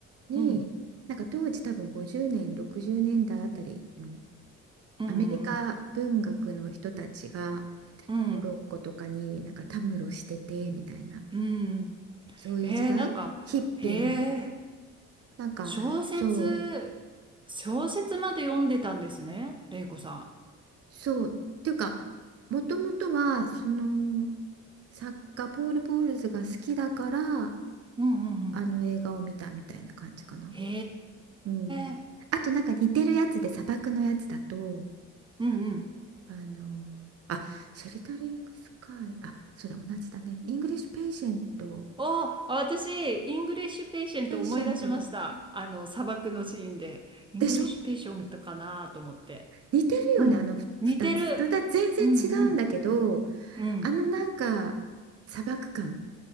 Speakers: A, on the right (about 50°); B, on the right (about 15°).
A: に、
B: うん
A: なんか当時多分50年、60年代あたりの
B: うんうん
A: アメリカ文学の人たちが
B: うん
A: モロッコとかになんかたむろしててみたいな、
B: うん
A: そういう時代、
B: えー、なんか、
A: ヒッピーみたい
B: へえ。
A: な、なんかそう、
B: 小説、小説まで読んでたんですね、玲子さ
A: そう、っていうか、もともとはその作家ポール・ポールズが好きだから、
B: ん。うんうんうん。
A: あの映画を見たみたいな感じかな。
B: へ
A: うん。
B: え。
A: あとなんか似てるやつで砂漠のやつだと、
B: うんうん。
A: あのあ、シェルタリングスカイ、あ、そうだ、同じだね。イングリッシュペイシェント、
B: おー、あ私、イングリッシュペイシェント思い出しました。
A: ペイシェント、
B: あの、砂漠のシーンで。イングリッシュペイシェントかなと思って。
A: でしょ似てるよね、
B: うん。
A: あのふ二つ。
B: 似てる。
A: まただ全然違うんだけど、
B: うんうん。うん。
A: あのなんか砂漠感。